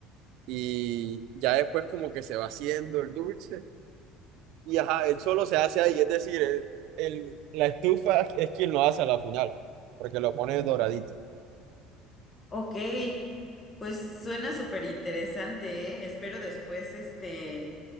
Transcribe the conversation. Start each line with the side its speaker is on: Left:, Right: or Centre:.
Right: y ya después como que se va haciendo el dulce y ajá, él solo se hace ahí, es decir, el, el- la estufa es quien lo hace a la final, porque lo pone doradito.
Left: Ok, pues suena súper interesante, ¿eh? Espero después, este,